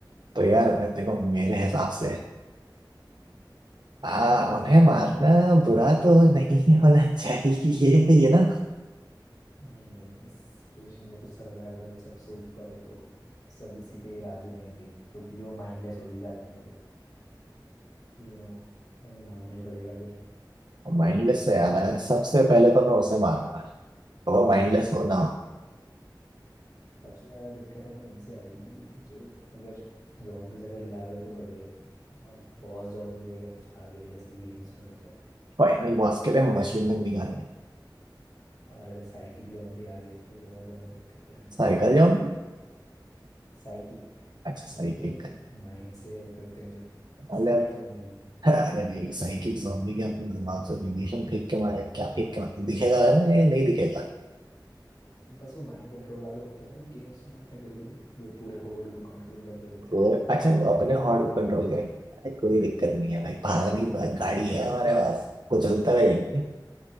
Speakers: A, on the right; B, on the left.
A: तो यार
B: हम्म,
A: देखो मेरे हिसाब से हाँ उन्हें मारना बुरा तो नहीं होना चाहिए ये ना
B: नहीं नहीं इस सिचुएशन में तो सर्वाइवल सबसे ऊपर है तो सब इसी पे राजी रहेंगे तो क्योंकि वो माइंडलेस हो ही जाते हैं तो यू नो हमें मानना ही पड़ेगा फिर
A: माइंडलेस
B: पर
A: से
B: सबसे
A: आ रहा
B: ज्यादा
A: है सबसे पहले तो मैं उसे मारूंगा तो वो माइंडलेस
B: हम्म,
A: हो ना हो।
B: सबसे ज्यादा दिक्कत हमें उनसे आएगी कि जो अगर zombies अगर लेवल पे बढ़ गए और बॉस जॉम्बी वगैरह कुछ आ गए जैसे गेम्स में होता है
A: फाइनल बॉस के लिए मशीन में निकालेंगे
B: और अगर साइकिक जॉम्बी आ गए तो और ज्यादा दिक्कत करेंगे
A: Cycle zombie
B: साइकिक
A: अच्छा साइकिल
B: नहीं होते जो
A: कर
B: माइंड से वो करते हैं जो
A: अरे
B: साइकिल जॉम्बी नहीं होते
A: अरे नहीं साइकिल जॉम्बी के अपने दिमाग से रेडिएशन फेंक के मारे क्या फेंक के मारे दिखेगा मैं नहीं दिखेगा
B: बस वो माइंड कंट्रोल वाले होते हैं ना जो गेम्स में आते हैं कभी कभी जो पूरे होल्ड को कंट्रोल कर रहे होते
A: तो
B: हैं
A: अच्छा वो अपने हॉर्न को कंट्रोल करेंगे भाई कोई दिक्कत नहीं है भाई
B: हम्म।
A: भागने की गाड़ी है हमारे पास वो चलता रहेंगे